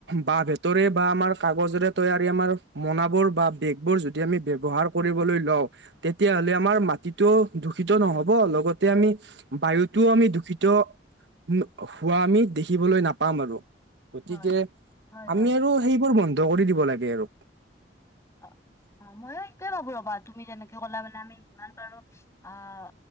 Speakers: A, on the right; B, on the left.
A: বা বেতৰে বা আমাৰ কাগজৰে তৈয়াৰী আমাৰ মনাবোৰ বা বেগবোৰ যদি আমি ব্যৱহাৰ কৰিবলৈ লওঁ তেতিয়াহলে আমাৰ মাটিটো দূষিত নহব লগতে আমি বায়ুতো আমি দূষিত হোম হোৱা আমি দেখিবলৈ নাপাম আৰু। গতিকে
B: হয়, হয়,
A: আমি
B: হয়।
A: আৰু সেইবোৰ বন্ধ কৰি দিব লাগে আৰু।
B: অ, অ ময়ো সেইটোৱে ভাবো ৰবা তুমি যেনেকে ক'লা মানে আমি যিমান পাৰোঁ অহ